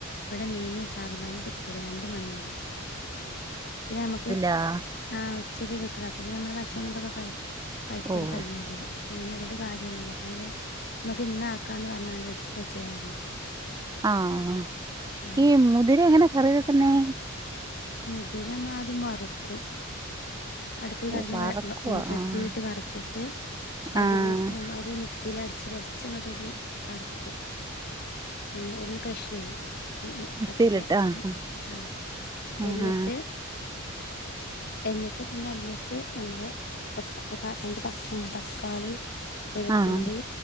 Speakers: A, on the left; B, on the right.
A: ഇവിടെ മീന് സാവധാനെ കിട്ടുള്ളൂ രണ്ടു മണിയാവും പിന്നെ ഞമ്മക്ക്
B: ആഹ്
A: ആഹ് ഉച്ചക്ക് കിട്ടുള്ളൂ അപ്പൊപിന്നെ മ്മള് ഭക്ഷണം ഇതൊക്കെ കഴി കൈയ്ക്കല്
B: ഓഹ്
A: കഴിയൊല്ലോ അപ്പൊ പിന്നെ അതോണ്ട് കാര്യം ഇല്ലല്ലോ അപ്പൊ ങ്ങള് മ്മക്ക് ഇന്ന് ആക്കാന്ന് പറഞ്ഞാണ്ട് എടുത്ത് വെച്ചതായിരുന്നു
B: ആഹ്
A: ആ
B: ഈ മുതിര എങ്ങനെ കറി വെക്കുന്നേ
A: മുതിര മ്മളാദ്യം വറുക്കും അടുപ്പി കെടന്ന്
B: ഓഹ് വറക്കുവാ
A: വെ വ ചട്ടീയിട്ട്
B: ആഹ്
A: വറുത്തിട്ട് അതിലേക്ക്
B: ആഹ്
A: നമ്മളത് മിക്സ് മിക്സ്സില് അടിച്ച് കൊറച്ചങ്ങോട്ടേക്ക് കറക്കും പിന്നെ ഒന്ന് ക്രഷ് ചെയ്യും
B: മിക്സിയിലിട്ട്
A: പതുക്കെ
B: ആഹ്
A: ആഹ്
B: ആഹ്
A: എന്നിട്ട് എന്നിട്ട് പിന്നെ അതിലേക്ക് നമ്മള് <unintelligible> തക്കാളി വെളുത്തുള്ളി
B: ആഹ്